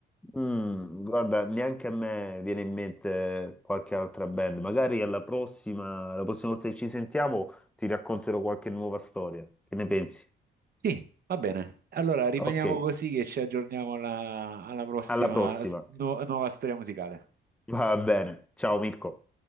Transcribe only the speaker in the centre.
Mm, guarda, neanche a me viene in mente qualche altra band. Magari alla prossima, la prossima volta che ci sentiamo ti racconterò qualche nuova storia. Che ne pensi?
Ok,
alla prossima.
Va bene. Ciao Mirko.